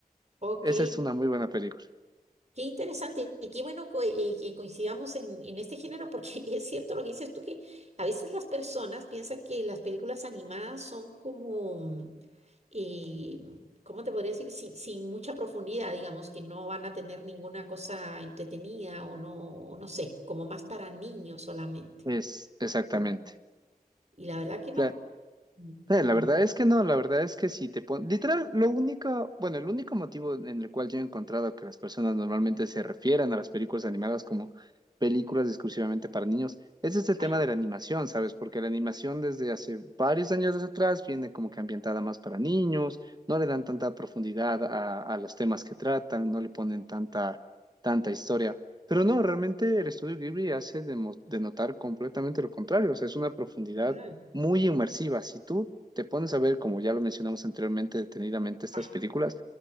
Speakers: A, on the right; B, on the right.
A: ok,
B: Esa es una muy buena película.
A: Qué interesante y qué bueno co- eh, que coincidamos en, en este género porque <laughs> es cierto lo que dices tú, que a veces las personas piensan que las películas animadas son como, mm, eh, ¿cómo te podría decir? Sin, sin mucha profundidad, digamos, que no van a tener ninguna cosa entretenida o no, o no sé, como más para niños solamente.
B: Es, exactamente.
A: Y, y la verdad que no.
B: La-
A: Mm,
B: Eh,
A: mm.
B: La verdad es que no, la verdad es que si te pones, literal, lo único, bueno, el único motivo en el cual yo he encontrado que las personas normalmente se refieren a las películas animadas como películas exclusivamente para niños es este tema
A: Ajá.
B: de la animación, ¿sabes? Porque la animación desde hace varios años atrás viene como que ambientada más para niños, no le dan tanta profundidad a, a los temas que tratan, no le ponen tanta, tanta historia. Pero no, realmente el estudio Ghibli hace demo- denotar completamente lo contrario, o sea, es una profundidad
A: Ajá.
B: muy inmersiva. Si tú te pones a ver, como ya lo mencionamos anteriormente, detenidamente estas
A: Ajá.
B: películas,